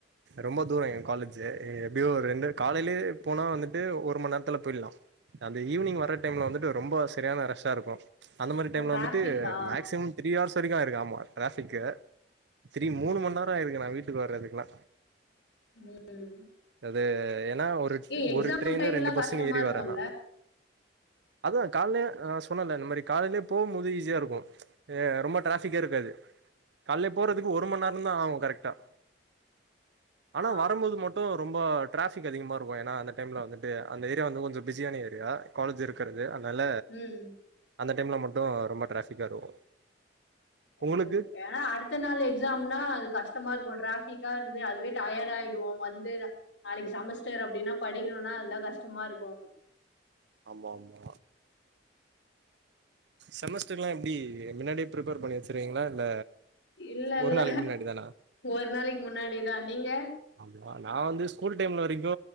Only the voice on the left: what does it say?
ஓ
டிராஃபிக்கா
ம்
ம்
ஏ எக்ஸாம்
டைம்லா
கஷ்டமா
இருக்குல்ல
ஆ
ம்
ஓகே
ஓகே ஏ அடுத்த நாள் எக்ஸாம்னா அது கஷ்டமா இருக்கு டராபிக்கா இருந்து அதுவே டயடா ஆயிடுவோ வந்து நாளைக்கு செமஸ்டர் அப்டின்னா படிக்கணுனா அதெல்லா கஷ்டமா இருக்கு
இல்ல இல்ல
ஒரு நாளைக்கு முன்னாடிதா நீங்க